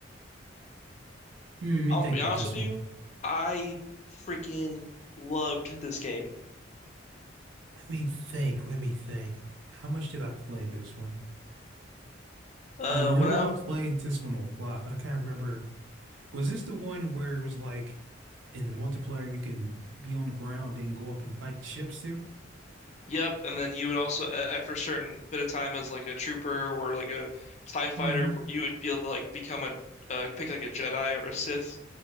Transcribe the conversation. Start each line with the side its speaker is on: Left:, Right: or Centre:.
Right: Hmm, let me
Left: I'm
Right: think
Left: gonna be honest
Right: about this
Left: with
Right: one.
Left: you, I freaking loved this game.
Right: Let me think. Let me think. How much did I play this one?
Left: Uh,
Right: I know
Left: went out,
Right: I played this one a lot, but I can't remember. Was this the one where it was like in the multiplayer you can be on the ground and go up and fight ships too?
Left: yep, and then you would also a- after a certain bit of time as like a trooper or like a TIE fighter,
Right: hmm
Left: you would be able to like become a uh, pick like a Jedi or a Sith.